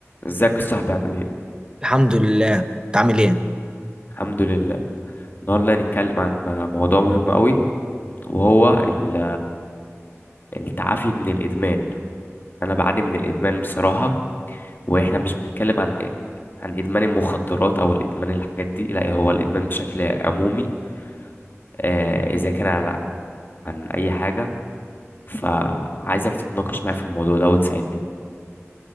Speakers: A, on the left; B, on the right.
A: ازيك يا صاحبي عامل ايه
B: الحمد لله انت عامل ايه
A: الحمد لله النهارده هنتكلم عن موضوع مهم قوي وهو ال- التعافي من الادمان انا بعاني من الادمان بصراحه واحنا مش بنتكلم عن عن ادمان المخدرات او الادمان الحاجات دي لا هو الادمان بشكل عمومي آه، اذا كان عن عن اي حاجه فعايزك تتناقش معايا في الموضوع ده وتساعدني